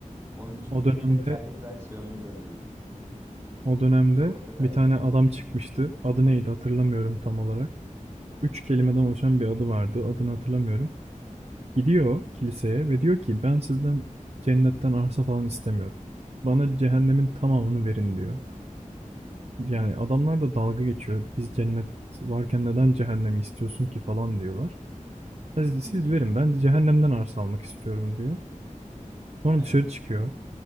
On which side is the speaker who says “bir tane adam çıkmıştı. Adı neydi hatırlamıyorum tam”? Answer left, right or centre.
Right